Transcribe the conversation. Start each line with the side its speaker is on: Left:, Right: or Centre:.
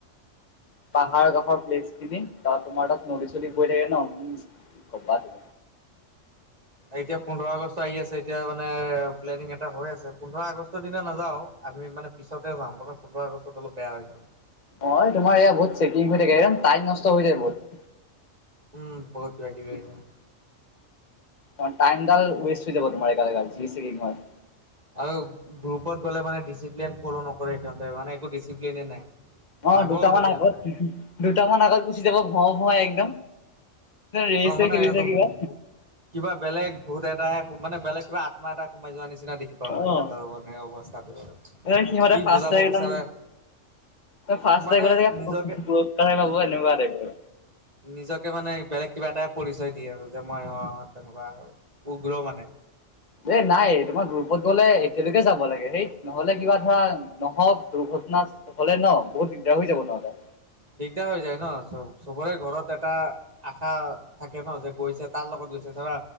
Right: চ
Left: পাহাৰ কাষৰ প্লেচ খিনিত, তোমাৰ তাত নদী চদী
Right: উম।
Left: পৰি থাকে থাকে ন কবাত
Right: এতিয়া পোন্ধৰ আগষ্ট আহি আছে, এতিয়া মানে প্লেনিং এটা হৈ আছে পোন্ধৰ আগষ্টৰ দিনা নাযাও- আমি মানে, পিছতে যাওঁ মানে পোন্ধৰ আগষ্টত অলপ বেয়া হয় কাৰণে
Left: অ', তোমাৰ ইয়া, বহুত চেকিং হৈ থাকে টাইম নষ্ট হৈ যায় বহুত
Right: উম, বহুত <unintelligible>
Left: অ', টাইমডাল ৱেষ্ট হৈ যাব তোমাৰ একে যি চ কি হয়।
Right: আৰু গ্ৰুপত গ'লে মানে, ডিচিপ্লিন ফল' নকৰে সিহঁতে মানে একো ডিচিপ্লনেই নাই।
Left: অ',
Right: পাগল
Left: দুটামান
Right: হৈ যায়
Left: আগত
Right: মানে
Left: দুটামান আগত গুচি যাব ভুৱা ভৱাই একদম ৰেচে
Right: অ', মানে
Left: খেলিছে
Right: ইহতক,
Left: কিবা
Right: কিবা বেলেগ ভোত এটাই ও মানে বেলেগ কিবা আত্মা এটা সোমাই যোৱা নিচিনা দেখি। মানে
Left: অ
Right: সিহঁতৰ অৱস্থাটো বাৰ
Left: একদম সিহঁতে
Right: কি
Left: ফাৰ্ষ্ট
Right: বুজাব
Left: একদম
Right: বিচাৰা।
Left: ফাৰ্ষ্ট
Right: মানে
Left: গ'লে চাগে
Right: নিজকে
Left: পুৰস্কাৰে পাব এনেকুৱা টাইপৰ
Right: নিজকে মানে বেলেগ কিবা এটাই পৰিচয় দিয়ে আৰু যে মই অ' তেনেকুৱা উগ্ৰ মানে।
Left: এ নাই তোমা গ্ৰুপত গলে একেলগে যাব লাগে হেই। নহ'লে কিবা ধৰা নহওক দুৰ্ঘটনা হ'লে ন বহুত দিগদাৰ হৈ যাব নহ'লে।
Right: দিগদাৰ হৈ যায় ন চব চবৰে ঘৰত এটা আশা থাকে ন' যে গৈছে তাৰ লগত গৈছে ধৰা